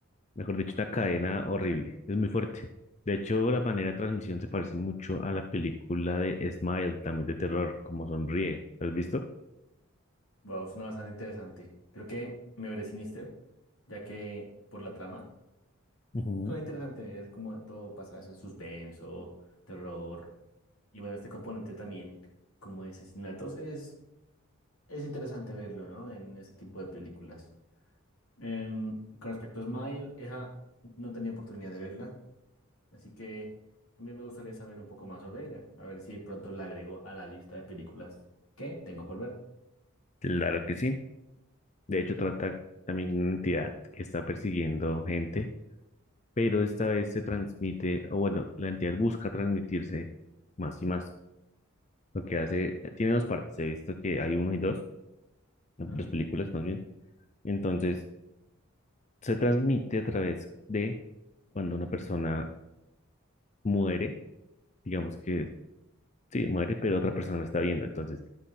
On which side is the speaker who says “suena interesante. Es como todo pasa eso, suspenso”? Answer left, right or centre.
Left